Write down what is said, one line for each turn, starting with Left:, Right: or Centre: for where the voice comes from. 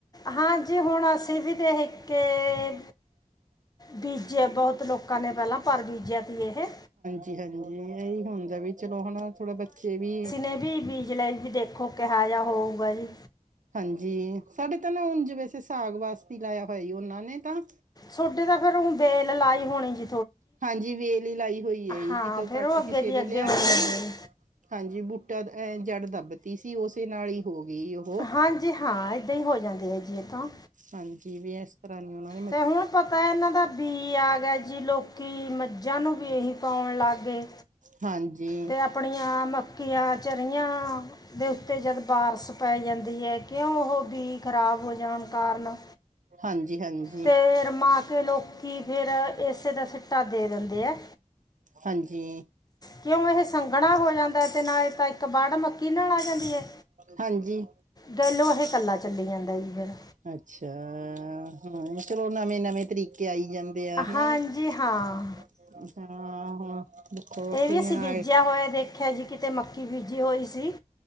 Left: ਹਾਂਜੀ, ਹੁਣ ਅਸੀਂ ਵੀ ਤੇ ਇਹ ਕਿ ਬੀਜਿਆ ਬਹੁਤ ਲੋਕਾਂ ਨੇ, ਪਹਿਲਾਂ ਪਰ ਬੀਜਿਆ ਤ ਇਹ
Right: ਗਰਮੀ ਚ ਨਈ ਹੁੰਦਾ, ਵੀ ਚਲੋ ਹਾ ਥੋੜਾ ਬੱਚੇ ਵੀ
Left: ਦੇ ਵੀ ਬੀਜ ਜੁਲਾਈ ਚ ਵੀ ਦੇਖੋ, ਕਿਹੋ ਜਿਹਾ ਹੋਊਗਾ ਜੀ
Right: ਹਾਂਜੀ, ਸਾਡੇ ਤਾਂ ਨਾ ਹੁਣ ਜ ਵੈਸੇ, ਸਾਗ ਵਾਸਤੇ ਲਾਇਆ ਹੋਇਆ, ਉਹਨਾਂ ਨੇ ਤਾਂ
Left: ਸੋਡੇ ਤਾਂ ਫ਼ਿਰ ਹੁਣ, ਬੇਲ ਲਾਈ ਹੋਣੀ ਜ
Right: ਹਾਂਜੀ, ਵੇਲ ਹੀ ਲਾਈ ਹੋਈ ਹੈ ਜੀ,
Left: ਹਾਂ
Right: ਕਿਤੇੋਂ
Left: ਫਿਰ ਉਹ ਅੱਗੇ
Right: ਕਿਸੇ
Left: ਦੀ
Right: ਨੂੰ
Left: ਅੱਗੇ
Right: ਲਿਆ
Left: ਹੋ ਜਾਂਦੀ
Right: ਕੇ ਹੀ
Left: ਹੈ
Right: ਹਾਂਜੀ, ਬੂਟਾ ਅ ਜੜ ਦੱਬਤੀ ਸੀ, ਉਸੇ ਨਾਲ ਹੀ ਹੋ ਗਈ ਉਹ
Left: ਹਾਂਜੀ ਹਾਂ, ਇੱਦਾਂ ਹੀ ਹੋ ਜਾਂਦੀ ਹੈ ਜੀ ਇਹ ਤਾਂ
Right: ਹਾਂਜੀ, ਵੀ ਇਸ ਤਰ੍ਹਾਂ ਨ ਉਹਨਾ
Left: ਤੇ ਹੁਣ ਪਤਾ, ਇਹਨਾਂ ਦਾ ਬੀਜ ਕੀ ਆ ਗਏ ਜੀ, ਲੋਕੀ ਮੱਝਾਂ ਨੂੰ ਬੀਜ ਪਾਉਣ ਲੱਗ ਗਏ
Right: ਹਾਂਜੀ
Left: ਤੇ ਆਪਣੀਆਂ, ਮੱਕੀਆਂ ਚਰੀਆਂ ਦੇ ਉੱਤੇ ਜਦ ਬਾਰਸ਼ ਪੈ ਜਾਂਦੀ ਏ ਕਿਉਂ ਉਹ ਬੀ ਖਰਾਬ ਹੋ ਜਾਣ ਕਾਰਨ
Right: ਹਾਂਜੀ-ਹਾਂਜੀ।
Left: ਤੇ ਰਮਾ ਕੇ ਲੋਕੀ ਫਿਰ ਏਸੇ ਦਾ ਛਿੱਟਾ ਦੇ ਦਿੰਦੇ ਆ।
Right: ਹਾਂਜੀ
Left: ਕਿਉਂ ਇਹ ਸੰਘਣਾ ਹੋ ਜਾਂਦਾ ਤੇ ਨਾ ਤਾਂ ਇੱਕ ਵਾਢ ਮੱਕੀ ਨਾਲ ਆ ਜਾਂਦੀ ਐ।
Right: ਹਾਂਜੀ
Left: ਦਹਿਲੋ ਇਹ ਇਕੱਲਾ ਚੱਲੀ ਜਾਂਦਾ ਸੀ ਜਿਹੜਾ।
Right: ਅੱਛਾ ਚਲੋ ਨਵੇਂ-ਨਵੇਂ ਤਰੀਕੇ ਆਈ ਜਾਣ। ਪਿਆ ਹਣਾ,
Left: ਹਾਂਜੀ
Right: ਹਾਂ-ਹਾਂ।
Left: ਹਾਂ
Right: ਵੱਖੋ-ਵੱਖਰੀਆਂ
Left: ਇਹ ਵੀ ਅਸੀਂ ਬੀਜਿਆ
Right: ਆਏ-
Left: ਹੋਇਆ ਦੇਖਿਆ ਜੀ ਕਿਤੇ ਮੱਕੀ ਬੀਜੀ ਹੋਈ ਸੀ